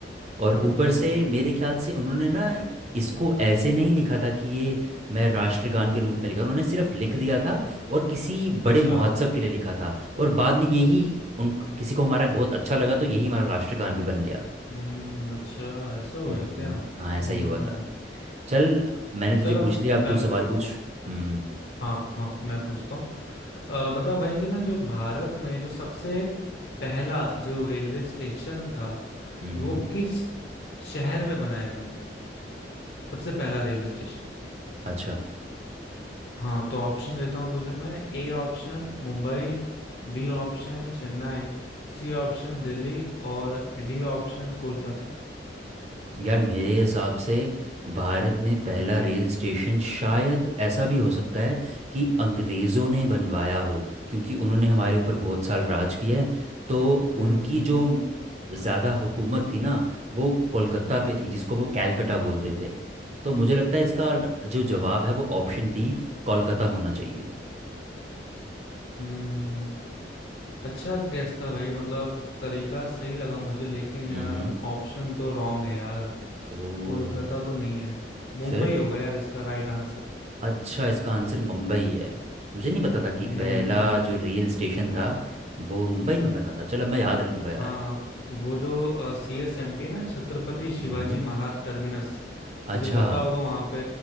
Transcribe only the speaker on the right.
और
ऊपर से मेरे ख्याल से उन्होंने ना इसको ऐसे नहीं लिखा था कि ये मैं राष्ट्रगान के रूप में लिखा उन्होंने सिर्फ लिख दिया था और किसी
बड़े महोत्सव के लिए लिखा था और बाद में यही उन किसी को हमारा बहुत अच्छा लगा तो यही हमारा राष्ट्रगान भी बन गया
हम्म,
हाँ ऐसा ही हुआ था चल मैंने तुझे
पूछ लिया अब
तू सवाल
पूछ
हम्म
हम्म
हम्म,
अच्छा
यार मेरे हिसाब से भारत में पहला रेल स्टेशन शायद ऐसा भी हो सकता है कि अंग्रेज़ों ने बनवाया हो क्योंकि उन्होंने हमारे ऊपर बहुत साल राज किया है तो उनकी
जो ज़्यादा हुकूमत थी ना वो कोलकाता पे थी जिसको वो कैलकटा बोलते थे तो मुझे लगता है इसका जो जवाब है वो ऑप्शन डी कोलकाता होना चाहिए
हम्म
ओ
फिर
अच्छा इसका आंसर मुंबई है मुझे नहीं पता था कि
पहला जो रेल स्टेशन था वो मुंबई में बना था चलो मैं याद रखूंगा यार
हम्म
अच्छा